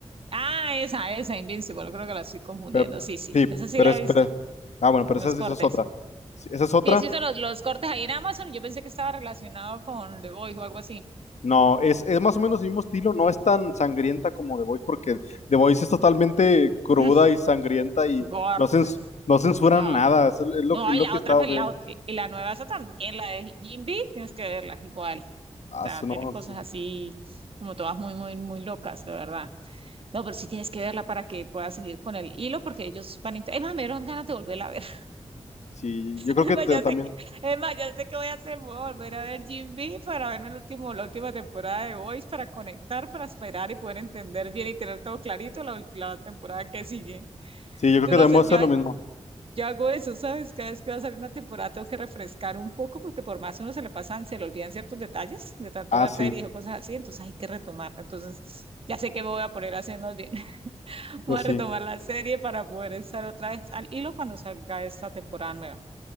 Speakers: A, on the right; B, on the left.
A: Ah, esa, esa, Invincible, creo que la estoy confundiendo.
B: Pe-
A: Sí, sí,
B: sí,
A: esa sí
B: pero
A: la
B: espera.
A: he visto,
B: Ah, bueno, pero
A: los
B: esa, es
A: cortes.
B: esa es otra. Sí, esa es otra.
A: Sí, he visto los, los cortes ahí en Amazon, y yo pensé que estaba relacionado con The Voice o algo así.
B: No, es, es más o menos el mismo estilo, no es tan sangrienta como The Voice, porque The Voice es totalmente cruda
A: Mm,
B: y sangrienta y
A: Gore,
B: no, cens- no censuran
A: no,
B: nada, es, es lo,
A: no,
B: es lo
A: y la
B: que
A: otra,
B: está
A: pues,
B: bien.
A: la, ot- y la nueva esa también, la de Jim tienes que verla, igual.
B: Ah,
A: sea,
B: su- no,
A: tiene cosas
B: sí,
A: así como todas muy, muy, muy locas, de verdad. No, pero sí tienes que verla para que puedas seguir con el hilo, porque ellos van a... int- Es más, me dieron ganas de volverla a ver. <laughs>
B: sí, yo creo
A: Es
B: que
A: más,
B: te-
A: ya
B: también,
A: sé que, es más, ya sé que voy a hacer, voy a volver a ver Jim B para verme el último, la última temporada de Voice, para conectar, para esperar y poder entender bien y tener todo clarito la, ul- la temporada que sigue.
B: sí, yo creo
A: Tú
B: que
A: no
B: también
A: haces,
B: voy a hacer
A: ya,
B: lo mismo.
A: yo hago eso, ¿sabes? Cada vez que va a salir una temporada tengo que refrescar un poco porque por más uno se le pasan, se le olvidan ciertos detalles de tanto
B: Ah,
A: ver
B: sí,
A: series o cosas así, entonces hay que retomar. Entonces ya sé que me voy a poner a hacer más bien. <laughs>
B: pues
A: Voy a
B: sí,
A: retomar la serie para poder estar otra vez al hilo cuando salga esta temporada nueva.